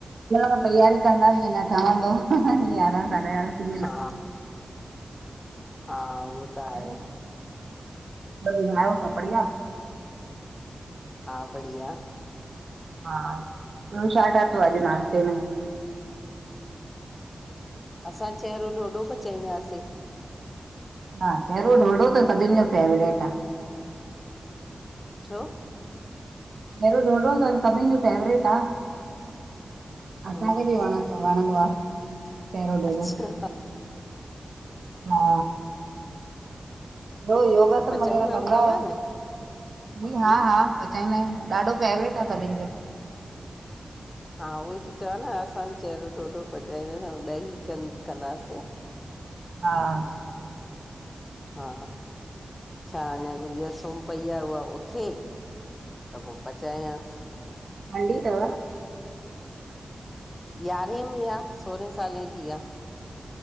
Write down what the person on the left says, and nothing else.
हा हा, उहो त आहे,
हा बढ़िया,
असां चेरो ढोढो पचाईंदासीं।
छो?
हम्म,
अच्छा,
त पचाईंदा
हूंदव
न?
हम्म,
हा उहोई त चवां न असां बि चेरो ढोढो पचाईंदासीं ॾही कन कंदासीं।
हा छा अञा गुड़िया सुम पई आ उहा उथे त पो पचायांस।
हू यारहें में आ सोरहें सालें जी आ।